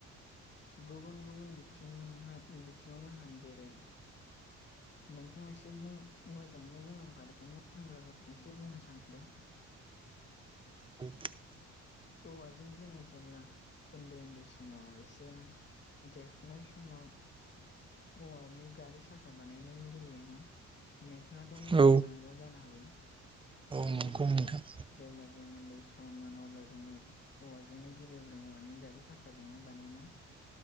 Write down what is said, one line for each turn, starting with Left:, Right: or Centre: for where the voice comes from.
Left: गुबुन गुबुन बिथिहा बिथिङावनो होन जेरै नोंथाङा एसे बुं मोजाङैनो बुंलांखादोंमोन होनोमब्लाबो एसे बुंनो सानदों।
Right: <inaudible>
Left: औवाजों जोङो जेब्ला ओन्दै ओन्दै समाव एसे देरफुनाय समाव औवानि गारि साखा बानायनानै गेलेयोमोन। नोंथाङाथ' मिन्थिखानांगौ
Right: औ
Left: जानो हागौ?
Right: औ नंगौ नोंथां।
Left: जेब्ला जों ओन्दै सममोन अब्ला जोङो औवाजोंनो गेलेब्ला औवानि गारि साखाजोंनो बानायना